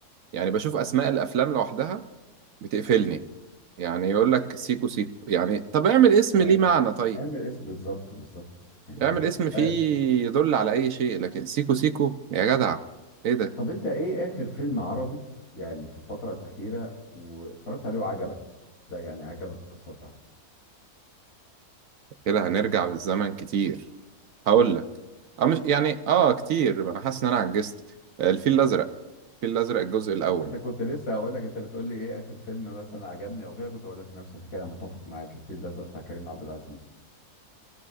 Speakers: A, on the right (about 65°); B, on the left (about 75°).
A: يعني بشوف اسماء الافلام لوحدها بتقفلني يعني يقول لك سيكو سيكو يعني طب اعمل اسم
B: طيب،
A: ليه معنى طيب
B: قام الاسم بالظبط بالظبط يعني
A: اعمل اسم
B: مش
A: فيه
B: عارف
A: يدل على اي شيء لكن سيكو سيكو يا جدع ايه ده
B: طب انت ايه اخر فيلم عربي يعني في الفترة الأخيرة واتفرجت عليه وعجبك؟ لا يعني عجبك القصة بتاعته
A: كده هنرجع بالزمن كتير هقول لك اه مش يعني اه كتير ما انا حاسس ان انا عجزت الفيل الازرق الفيل الازرق الجزء الاول
B: انا كنت لسه هقول لك انت بتقول لي ايه اخر فيلم مثلا عجبني او كده كنت هقول لك نفس الحكاية انا متفق معاك الفيل الازرق بتاع كريم عبد العزيز